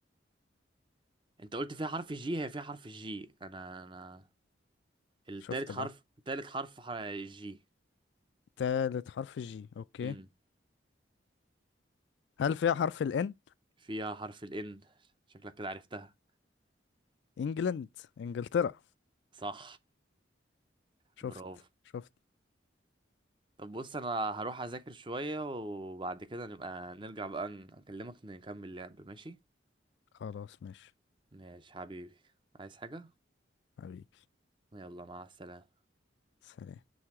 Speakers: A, on the right (about 25°); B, on the left (about 70°).
A: انت قلت فيها حرف الجي هي فيها حرف الجي انا انا التالت
B: شفت
A: حرف
B: بقى
A: تالت حرف ح- جي
B: تالت حرف الجي أوكي
A: امم
B: هل فيها حرف الإن
A: فيها حرف الان شكلك كده عرفتها
B: إنجلند إنجلترا
A: صح
B: شفت
A: برافو
B: شفت
A: طب بص انا هروح اذاكر شوية وبعد كده نبقى نرجع بقى ن- اكلمك نكمل لعب ماشي
B: خلاص ماشي
A: ماشي حبيبي عايز حاجة
B: حبيبي
A: يلا مع السلامة
B: سلام